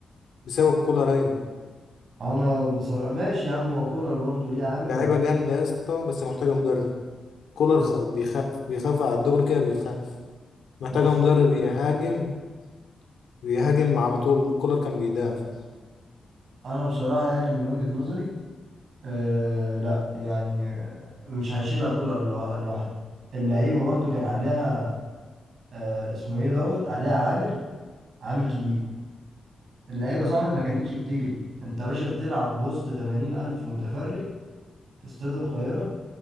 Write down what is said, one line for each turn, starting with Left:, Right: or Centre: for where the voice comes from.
Left: بسبب كولر أيوة
Right: انا بصراحة ماشي يا عم هو كولر برضه ليه عامل
Left: لعيبة
Right: بس أنا-
Left: جامدة يا اسطى بس محتاجة مدرب كولر
Right: بس
Left: خ- بيخاف بيخاف على الدغري كده بيخاف محتاجة
Right: بس
Left: مدرب يهاجم بيهاجم على طول كولر كان بيدافع
Right: انا بصراحة يعني من وجهة نظري آه لا يعني مش هيشيلها كولر لو- لوحده اللعيبة برضه كان عليها آه اسمه ايه دوت عليها عامل عامل كبير اللعيبة صاحبي ما كانتش بتجري انت باشا بتلعب وسط 80 ألف متفرج في استاد القاهرة